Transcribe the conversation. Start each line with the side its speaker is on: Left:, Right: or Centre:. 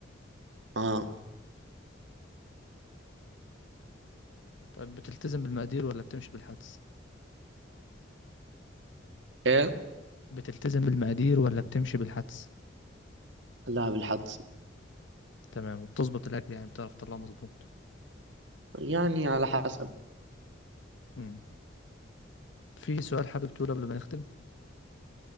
Right: اه
Left: طيب بتلتزم بالمقادير ولا بتمشي بالحدس
Right: ايه
Left: بتلتزم بالمقادير ولا بتمشي بالحدس
Right: لا بالحدس
Left: تمام وبتظبط الأكل يعني بتعرف تطلعه مظبوط
Right: يعني على حسب
Left: مم. في سؤال حابب تقوله قبل ما نختم